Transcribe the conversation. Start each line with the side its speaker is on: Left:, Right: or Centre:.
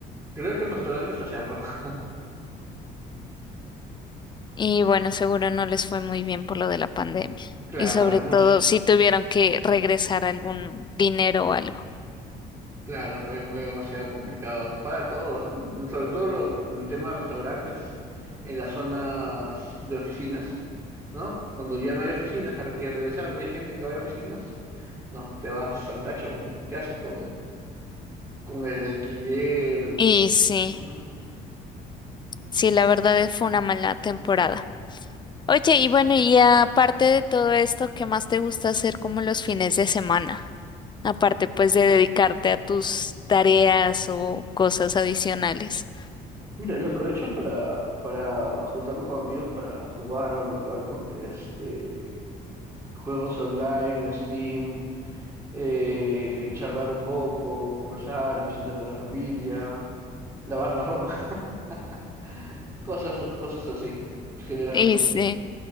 Right: Creo que el restaurante está cerró. <laughs>
Left: Y bueno, seguro no les fue muy bien por lo de la pandemia.
Right: Claro,
Left: Y sobre
Right: mucho.
Left: todo si tuvieron que regresar algún dinero o algo.
Right: Claro, fue, fue demasiado complicado para todos, ¿no? Sobre todo lo- el tema de restaurantes en las zonas de oficinas, ¿no? Cuando ya no hay oficinas a las que regresar, no hay gente que vaya a oficinas, no, te vas al tacho, pues, ¿no? ¿Qué haces con, con el alquiler?
Left: Y sí,
Right: Ujú.
Left: sí, la verdad es- fue una mala temporada. Oye, y bueno, y aparte de todo esto, ¿qué más te gusta hacer como los fines de semana? Aparte, pues, de dedicarte a tus tareas o cosas adicionales.
Right: Mira, lo aprovecho para, para juntarme con amigos para jugar o al- algo. Este, juegos online, Steam, eh, charlar un poco, conversar, visitar a la familia, lavar la ropa. <laughs> Cosas, cosas así, generalmente.
Left: Y sí.